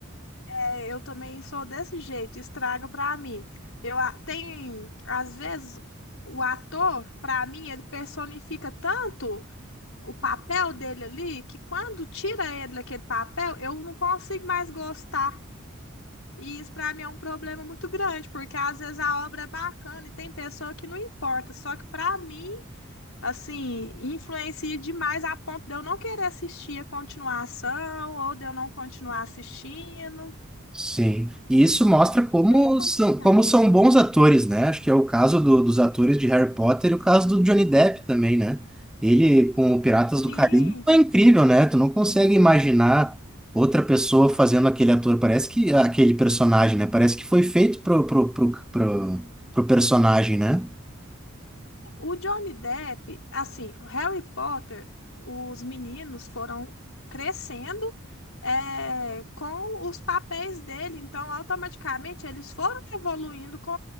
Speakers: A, on the left (about 70°); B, in the centre.
A: É, eu também sou desse jeito, estraga pra mim. Eu a- tem, às vezes, o ator, pra mim, ele personifica tanto o papel dele ali que quando tira ele daquele papel, eu não consigo mais gostar. E isso pra mim é um problema muito grande, porque às vezes a obra é bacana e tem pessoa que não importa, só que pra mim, assim, influencia demais a ponto de eu não querer assistir a continuação ou de eu não continuar assistindo.
B: Sim, e isso mostra como
A: Bem complicado.
B: são, como são bons atores, né? Acho que é o caso do- dos atores de Harry Potter e o caso do Johnny Depp também, né? Ele com o Piratas do
A: Sim,
B: Caribe é incrível, né? Tu não consegue imaginar outra pessoa fazendo aquele ator, parece que aquele personagem, né? Parece que foi feito pro, pro, pro, pro, pro personagem, né?
A: o Johnny Depp, assim, o Harry Potter, os meninos foram crescendo é, com os papéis dele, então automaticamente eles foram evoluindo com